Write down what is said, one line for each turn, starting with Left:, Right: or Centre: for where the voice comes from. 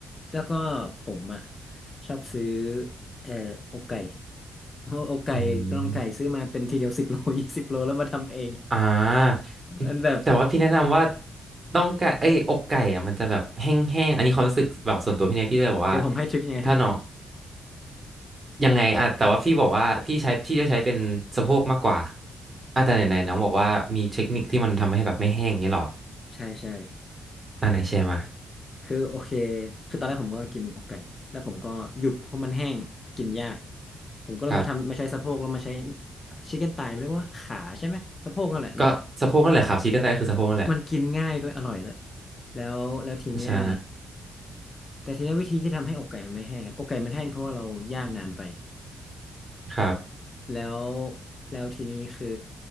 Left: แล้วก็ผมอ่ะชอบซื้อเอ่ออกไก่ <laughs> โออกไก่ก็ต้องไก่ซื้อมาเป็นทีเดียวสิบโล
Right: อืม
Left: <laughs> ยี่สิบโลแล้วมาทำเอง
Right: อ่า
Left: มันแบบ
Right: แต่ว่าพี่แนะนำว่าต้องไก่เอ้ยอกไก่อ่ะมันจะแบบแห้งๆอันนี้ความรู้สึกแบบส่วนตัวพี่เนี่ยพี่เลยบอกว่า
Left: เดี๋ยวผมให้ทริคยังไงให้ไหมแห้ง
Right: ถ้าน้อง ยังไงอ่ะแต่ว่าพี่บอกว่าพี่ใช้พี่จะใช้เป็นสะโพกมากกว่าอ่ะแต่ไหนๆน้องบอกว่ามีเทคนิคที่มันทำให้แบบไม่แห้งอย่างนี่หรอ
Left: ใช่ใช่
Right: อ่ะไหนแชร์มา
Left: คือโอเคคือตอนแรกผมก็กินอกไก่แล้วผมก็หยุดเพราะมันแห้งกินยากผมก็เลยมาทำมาใช้สะโพกแล้วมาใช้
Right: ครับ
Left: ชิคเก้นไตมันเรียกว่าขาใช่ไหมสะโพกนั่นแหละเนาะ
Right: ก็สะโพกนั่นแหละครับชี้กันได้ก็คือสะโพกนั่นแหละ
Left: มันกินง่ายด้วยอร่อยเลยแล้วแล้วทีเนี้ย
Right: ใช่
Left: แต่ทีนี้วิธีที่ทำให้อกไก่มันไม่แห้งอะอกไก่มันแห้งเพราะว่าเราย่างนานไป
Right: ครับ
Left: แล้วแล้วทีนี้คือ